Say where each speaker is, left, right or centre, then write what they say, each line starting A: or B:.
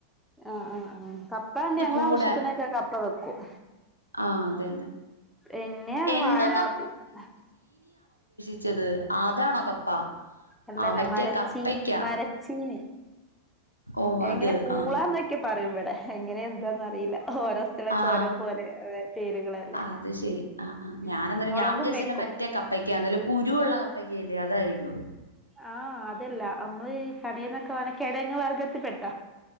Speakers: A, in the centre; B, on the left (about 85°).
A: ആഹ് ആഹ് ആഹ് കപ്പണ്ട് ഞങ്ങളാവശ്യ
B: കൂടാൻ
A: ത്തിനൊക്കെ കപ്പ വെക്കും
B: ആ അതന്നെ
A: പിന്നെ
B: എന്തോ
A: വാഴ പിന്നെത്താ
B: ച്ചത് ആതാണോ കപ്പ
A: അല്ലല്ല
B: ആ മറ്റേ
A: മരച്ചീ
B: കപ്പയ്ക്ക
A: മരച്ചീനി
B: ഓ
A: എങ്ങനെ
B: അത്
A: പൂളാന്നൊക്കെ
B: ആ
A: പറയും ഇവടെ എങ്ങനെ എന്താന്നറിയില്ലാ ഓരോ സ്ഥലത്ത്
B: ആ
A: ഓരോ പോലെ ഏഹ് പേരുകളല്ലേ
B: അത് ശരി ആ ആ
A: ഉം
B: ഞാനന്നേരം
A: മൊളകും
B: ഞാൻ വിചാരിച്ചില്ല
A: വെക്കും
B: മറ്റേ കപ്പക്ക്യാ നല്ല കുരുവുള്ള കപ്പക്ക്യയല്ലേ അതായിരിക്കും
A: ആഹ് അതല്ല അമ്മ ഈ കടന്നെക്കെ വ കെയങ്ങു വർഗ്ഗത്തിൽപ്പെട്ട